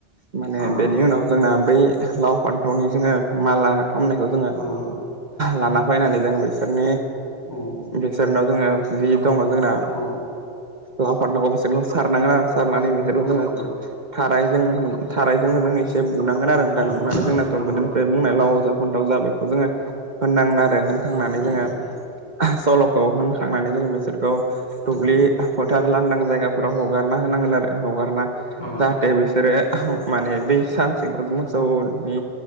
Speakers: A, on the right; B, on the left.
A: माने
B: औ
A: बेनि उनाव जोंना बै लाव फान्थावनि जोंङो माला खालामामनायखौ जो
B: औ
A: लाना फैनानै जों बिसोरनि
B: औ
A: बिसोरनाव जोंङो जि दङ जोंना
B: औ
A: लाफानांगौ बिसोरखौ सारनांगोन आरो सारनानै जोंङो
B: औ नंगौ
A: थारजों जो एसे बुनांगोन नानै
B: औ
A: जोंनाथ'
B: नंगौ
A: गोदोनिफ्राय
B: नोंथां
A: बुंनाय
B: नंगौ
A: लाव जा फथाव जा बेखौ जोङो होननांगोन आरो खांनानै
B: औ
A: जोङो सल'खौ होनखांनानै जों बिसोरखौ दुब्लि
B: औ
A: फोथार लांदां जायगाफोराव हगारना होनांगोन आरो हगारना
B: औ
A: जाहाथे बिसोरो माने बै सानसेखौ मोसौनि